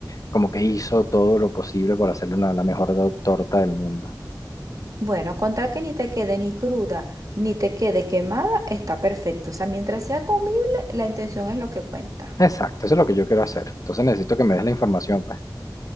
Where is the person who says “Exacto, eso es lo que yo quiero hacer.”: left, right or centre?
Left